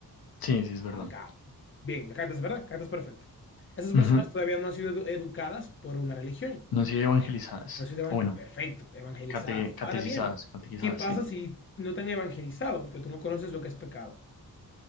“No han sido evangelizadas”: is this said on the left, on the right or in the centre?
Left